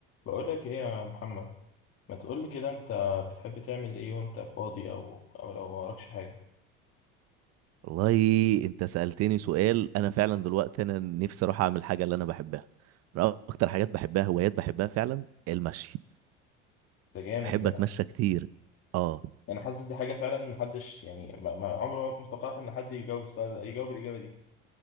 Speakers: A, on the left; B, on the right.
A: بقول لك ايه يا محمد ما تقول لي كده انت بتحب تعمل ايه وانت فاضي او او لو وراكش حاجه
B: والله انت سألتني سؤال انا فعلا دلوقتي انا نفسي اروح اعمل حاجة اللي انا بحبها انا اكتر حاجات بحبها هوايات بحبها فعلا المشي
A: ده جامد
B: بحب
A: ده
B: اتمشى كتير اه
A: انا حاسس دي حاجه فعلا محدش يعني ما ما- عمره ما توقعت ان حد يجاوب السؤال ده يجاوب الاجابه دي